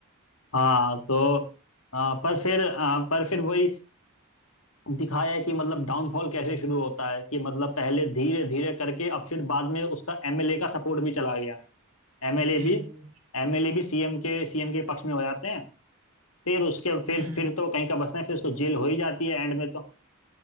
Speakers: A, on the left; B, on the right.
A: हाँ तो हाँ पर फिर हाँ, पर फिर वही दिखाया है कि मतलब डाउनफॉल कैसे शुरू होता है कि मतलब पहले धीरे धीरे करके अब फिर बाद में उसका एमएलए का सपोर्ट भी चला गया एमएलए
B: जी
A: भी
B: जी
A: एमएलए भी सीएम के सीएम के पक्ष में हो जाते हैं फिर उसके फिर
B: हम्म
A: फिर तो कहीं का बसना है फिर उसको जेल हो ही जाती है एंड में तो